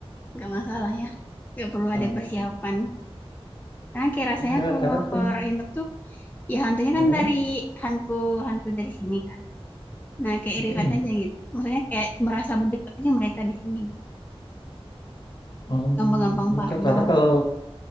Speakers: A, on the left; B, on the left.
A: nggak masalah ya nggak perlu
B: Eh,
A: ada persiapan Nah, kayak rasanya
B: enggak
A: kalau
B: karena kan
A: horor Indo tuh ya hantunya
B: eh,
A: kan dari hantu-hantu dari sini kan. Nah, kayak
B: mm-mm.
A: relate aja gitu. Maksudnya kayak merasa berdekat aja mereka di sini.
B: Oh,
A: Gampang-gampang
B: enggak
A: parno.
B: karena kalau